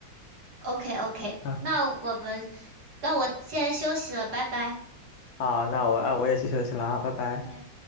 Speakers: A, on the right; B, on the left.
A: OK OK，
B: 啊，
A: 那我们那我现在休息了，拜拜。
B: 好，那我啊我也去休息了啊，拜拜。
A: 对。